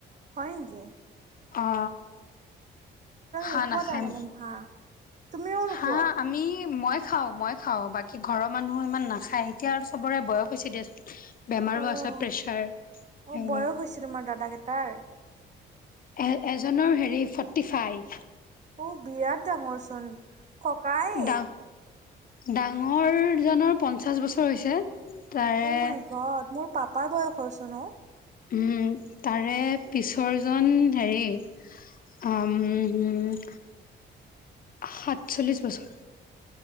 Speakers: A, on the right (about 35°); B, on the left (about 45°).
A: হয় নিকি।
B: অ, হা,
A: নোখোৱা
B: নাখাইয়াম।
A: তাৰমানে হাঁহ? তুমিও নোখোৱা?
B: হা, আমি মই খাও মই খাওঁ বাকী ঘৰৰ মানুহো ইমান নাখায় এতিয়া আৰু চবৰে বয়স হৈছে দিয়চোন। বেমাৰো
A: অ',
B: আছে, প্ৰেছাৰ সেইবিলাক।
A: অ', বয়স হৈছে তোমাৰ দাদা কেইটাৰ?
B: এ, এজনৰ হেৰি ফৰ্টি ফাইভ।
A: অ, বিৰাট ডাঙৰচোন ককাই।
B: ডাঙ ডাঙৰজনৰ পঞ্চাছ বছৰ হৈছে। তাৰে
A: অ, মাইকত মোৰ পাপাৰ বয়স হৈছে ন।
B: উম, তাৰে পিছৰজন হেৰি উ, সাতচল্লিশ বছৰ।